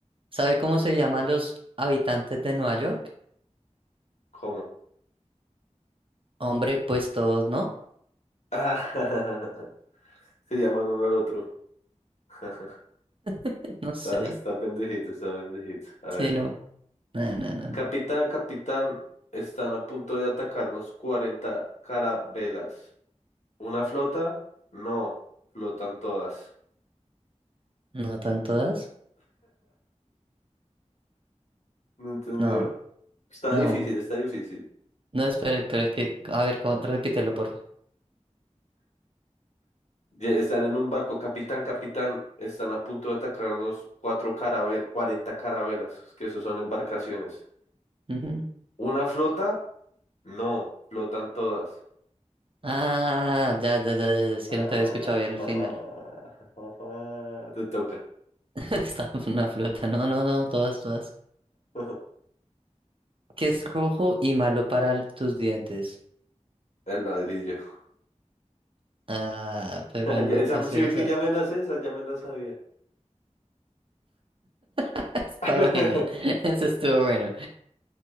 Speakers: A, on the right; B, on the left.
A: ¿sabe cómo se llaman los habitantes de Nueva York?
B: ¿Cómo?
A: Hombre, pues todos, ¿no?
B: <laughs> Se llaman uno al otro. <laughs>
A: <laughs> No sé.
B: Está, está pendejito, está pendejito. A
A: Sí,
B: ver.
A: no. No, no, no,
B: Capitán,
A: no.
B: capitán, están a punto de atacarnos 40 carabelas. ¿Una flota? No, flotan todas.
A: ¿No tan todas?
B: No entendió.
A: No,
B: Está
A: no.
B: difícil, está difícil.
A: No, espera, espera, que, a ver, cómo- repítelo, porfa.
B: Ya Están en un barco, capitán, capitán. Están a punto de atacarnos cuatro carabel 40 carabelas, que eso son embarcaciones.
A: Ujú.
B: ¿Una flota? No, flotan todas.
A: Ah, ya, ya, ya, ya, es
B: Ah,
A: que no te había escuchado bien el
B: <laughs>
A: final.
B: Te toca.
A: <laughs> Está una flota, no, no, no, todas, todas.
B: <laughs>
A: Que es rojo y malo para l- tus dientes.
B: El ladrillo. <laughs>
A: Ah, pero no,
B: Ya, esa,
A: yo sí,
B: sí
A: o
B: ve que
A: sea,
B: ya me la sé, esa ya me la sabía.
A: <laughs> está
B: <laughs>
A: buena, <laughs> eso estuvo bueno.